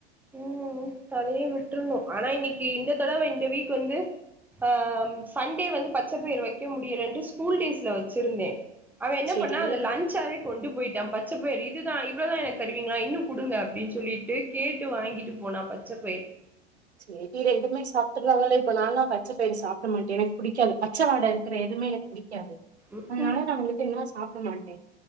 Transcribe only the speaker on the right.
சேரி
சேரி ரெண்டுமே சாப்டுருறாங்கல்ல நாளான் பச்சைபயறு சாப்பிட மாட்டேன் எனக்கு புடிக்காது பச்ச வாடை இருக்க எதுமே எனக்கு புடிக் க்காது
அதனால நான் உங்களுக்கு என்னா சாப்ப மாட்டேன்